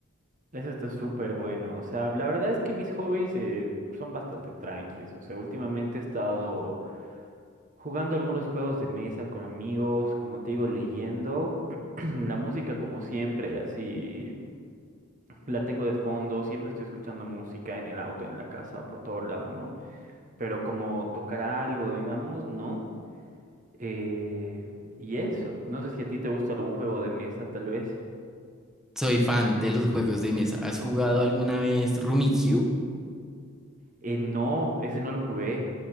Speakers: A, on the right; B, in the centre.
A: Eso está súper bueno. O sea, la verdad es que mis hobbies eh, son bastante tranquilos O sea, últimamente he estado jugando algunos juegos de mesa con amigos, como te digo, leyendo. <clears throat> La música, como siempre, así la tengo de fondo. Siempre estoy escuchando música en el auto, en la casa, por todo lado, ¿no? pero como tocar algo, digamos, ¿no? Eh, y eso, no sé si a ti te gusta algún juego de mesa, tal vez.
B: Soy fan de los juegos de mesa. ¿Has jugado alguna vez Rummikub?
A: Eh, no, ese no lo jugué.